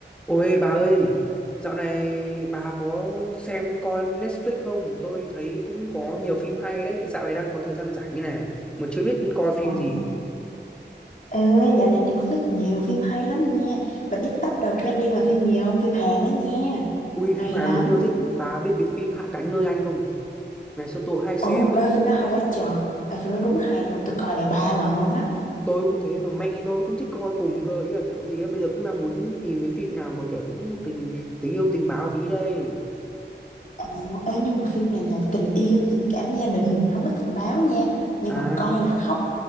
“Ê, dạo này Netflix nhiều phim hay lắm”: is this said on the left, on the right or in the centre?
Left